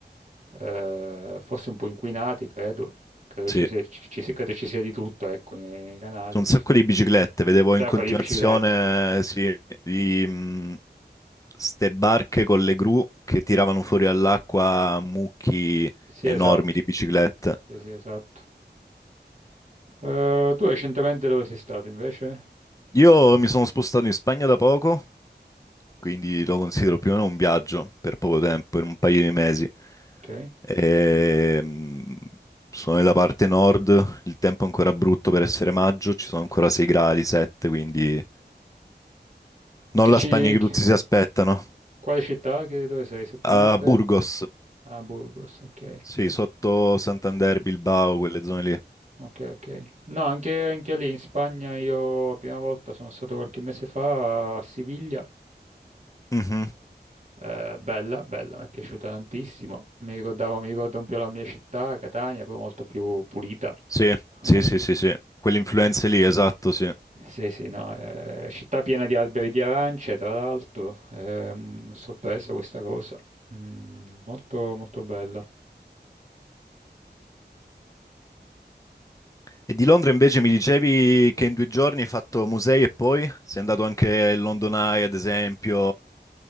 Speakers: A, on the right; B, on the left.
A: eh, forse un po' inquinati, credo, credo
B: Sì.
A: ci sia, ci- ci sia- credo ci sia di tutto, ecco, nei, nei canali.
B: Su un sacco di biciclette, vedevo
A: Sai,
B: in continuazione,
A: quelli di biciclette.
B: sì, di, mh, ste barche con le gru che tiravano fuori all'acqua mucchi
A: Sì,
B: enormi
A: esatto.
B: di biciclette.
A: Sì, sì, esatto. Eh, tu recentemente dove sei stato invece?
B: Io mi sono spostato in Spagna da poco, quindi lo considero più o meno un viaggio per poco tempo, in un paio di mesi.
A: Ok.
B: E, mh, sono nella parte nord, il tempo è ancora brutto per essere maggio, ci sono ancora 6 gradi, 7, quindi non
A: Che
B: la
A: ci...
B: Spagna che tutti si aspettano.
A: Quale città? Che- Dove sei esattamente?
B: A Burgos,
A: Ah, Burgos, ok.
B: sì,
A: ok.
B: sotto Santander, Bilbao, quelle zone lì.
A: Ok, ok. No, anche, anche lì in Spagna io la prima volta sono stato qualche mese fa a Siviglia.
B: Mhm,
A: Eh, bella, bella, mi è piaciuta tantissimo. Mi ricordavo, mi ricordo un po' la mia città, Catania, però molto più pulita.
B: Sì,
A: <laughs>
B: sì, sì, sì, sì, quelle influenze lì, esatto, sì.
A: Sì, sì, no, eh, città piena di alberi di arance, tra l'altro, ehm, sorpresa questa cosa. Mm, molto, molto bella.
B: E di Londra invece mi dicevi che in due giorni hai fatto musei e poi sei andato anche al London Eye, ad esempio,